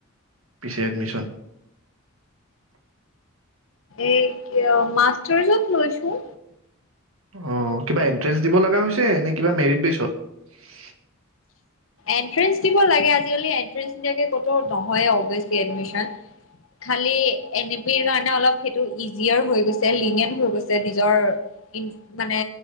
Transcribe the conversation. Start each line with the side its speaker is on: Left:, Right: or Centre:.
Right: পিছে এডমিশন
Left: এই মাষ্টাৰ যত লৈছো।
Right: অ! কিবা এন্ট্ৰেন্ঞ্চ দিব লগা হৈছে- নে কিবা মেৰিটলিষ্টত?
Left: এন্ট্ৰেন্ছ দিব লাগে আজিকালি এন্ট্ৰেন্ছ নিদিয়াকে কতো নহয় অভিয়াচলি এডমিচন খালী এন এ পি কাৰণে অলপ সেইটো ইজিয়াৰ হৈ গৈছে লিনিয়ান হৈ গৈছে নিজৰ মানে